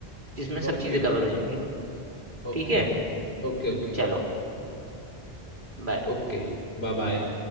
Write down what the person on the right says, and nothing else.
जिसमें सब
चीज़ें कवर हो जाएंगी
ठीक है
चलो बाय